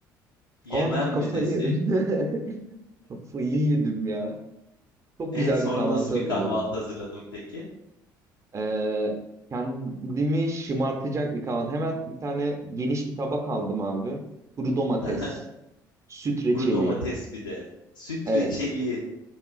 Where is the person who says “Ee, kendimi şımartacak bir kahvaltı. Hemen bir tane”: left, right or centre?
Right